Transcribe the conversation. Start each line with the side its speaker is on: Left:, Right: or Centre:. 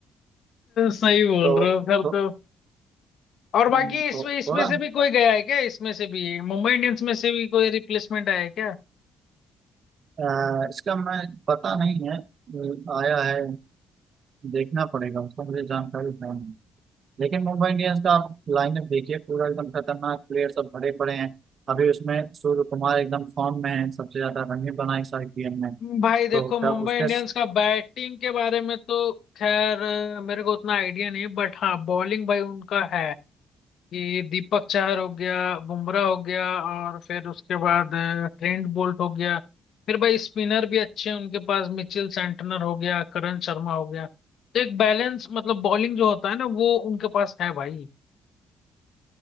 Left: सही बोल
Right: तो
Left: रहे हो फिर
Right: तो,
Left: तो और बाकी
Right: हम्म,
Left: इसमें
Right: तो
Left: इसमें
Right: थोड़ा
Left: से भी कोई गया है क्या इसमें से भी मुंबई इंडियंस में से भी कोई रिप्लेसमेंट आया है क्या
Right: अ, इसका मैं पता नहीं है अ, आया है देखना पड़ेगा उसका मुझे जानकारी नहीं है लेकिन मुंबई इंडियंस का आप लाइनअप देखिए पूरा एकदम खतरनाक प्लेयर सब भरे पड़े हैं अभी उसमें सूर्य कुमार एकदम फॉर्म में है सबसे ज्यादा रन भी बनाए इस आईपीएल में
Left: भाई
Right: तो
Left: देखो
Right: क्या
Left: मुंबई
Right: उसके
Left: इंडियंस
Right: स-
Left: का बैटिंग के बारे में तो खैर अ, मेरे को उतना आइडिया नहीं है बट हाँ बॉलिंग भाई उनका है कि दीपक चाहर हो गया बुमराह हो गया और फिर उसके बाद अ, ट्रेंट बोल्ट हो गया फिर भाई स्पिनर भी अच्छे हैं उनके पास मिचेल सेंटनर हो गया करण शर्मा हो गया तो एक बैलेंस मतलब बॉलिंग जो होता है ना वो उनके पास है भाई